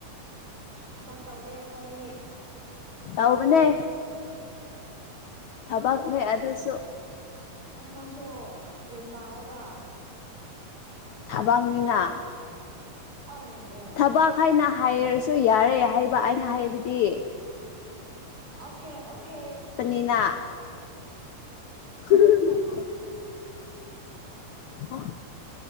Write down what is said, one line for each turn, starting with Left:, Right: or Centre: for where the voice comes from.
Right: ꯊꯕꯛ ꯇꯧꯗꯦ ꯑꯩꯈꯣꯏꯅꯤ
Left: ꯇꯧꯕꯥꯅꯦ ꯊꯕꯛꯅꯦ ꯑꯗꯨꯁꯨ
Right: ꯑꯁ ꯅꯪꯁꯨ ꯒ꯭ꯌꯥꯟ ꯇꯥꯎꯑꯣꯗ
Left: ꯊꯕꯛꯅꯤꯅ
Right: ꯑꯔꯦ ꯔꯦ
Left: ꯊꯕꯛ
Right: ꯔꯦ
Left: ꯍꯥꯏꯅ ꯍꯥꯏꯔꯁꯨ ꯌꯥꯔꯦ ꯍꯥꯏꯕ ꯑꯩꯅ ꯍꯥꯏꯕꯗꯤ
Right: ꯑꯣꯀꯦ ꯑꯣꯀꯦ
Left: ꯏꯅꯥ <unintelligible> ꯑꯣ